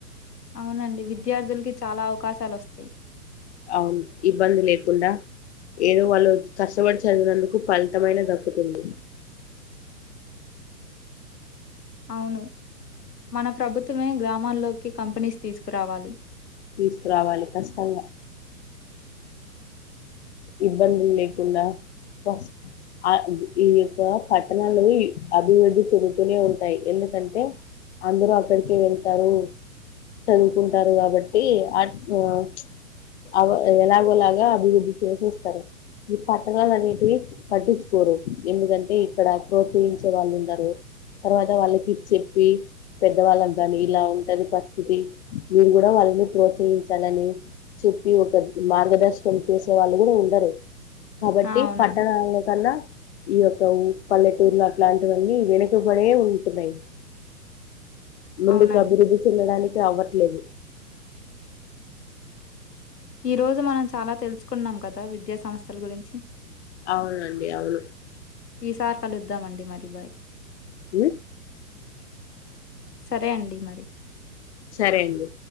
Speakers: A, on the left (about 80°); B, on the left (about 45°).
A: అవునండి. విద్యార్థులకి చాలా అవకాశాలు వస్తాయి.
B: అవును ఇబ్బంది లేకుండా ఏదో వాళ్ళు కష్టపడి చదివినందుకు ఫలితమైన దక్కుతుంది.
A: అవును మన ప్రభుత్వమే గ్రామాల్లోకి కంపెనీస్ తీసుకురావాలి.
B: తీసుకురావాలి కచ్చితంగా ఇబ్బందులు లేకుండా పస్ అ ఈ యొక్క పట్టణాలు ఈ అభివృద్ధి చెందుతూనే ఉంటాయి. ఎంద ఎంత అంటే అందరు అక్కడికి వెళ్తారు. చదువుకుంటారు కాబట్టి ఆట్ ఉ ఆ అవో ఎలాగో అలాగా అభివృద్ధి చేసేస్తారు ఈ పట్టణాలు అనేటివి పట్టించుకోరు ఎందుకంటే ఇక్కడ ప్రోత్సహి చే వాళ్ళు ఉండరు తర్వాత వాళ్ళకి చెప్పి పెద్దవాళ్ళకు కానీ ఇలా ఉంటది పరిస్థితి మీరు కూడా వాళ్ళని ప్రోత్సహించాలని చి చూపి ఒక మార్గదర్శకం చేసే తో వాళ్ళు కూడా ఉండరు. కాబట్టి
A: ఆ! అవునండి.
B: పట్టణలలో కన్నా ఈ యొక్క ఉ పల్లెటూర్లో అట్లాంటివన్నీ వెనుకబడే ఉంటున్నాయి. ముందుకు
A: అవునండి.
B: అభివృద్ధి చెందడానికి అవ్వట్లేదు
A: ఈ రోజు మనం చాలా తెలుసుకున్నాం కదా విద్యా సంస్థల గురించి
B: అవునండి అవును
A: ఈ సార్ కలుద్దాము అండి మరి బాయ్
B: ఉ
A: సరే అండి మరి.
B: సరే అండి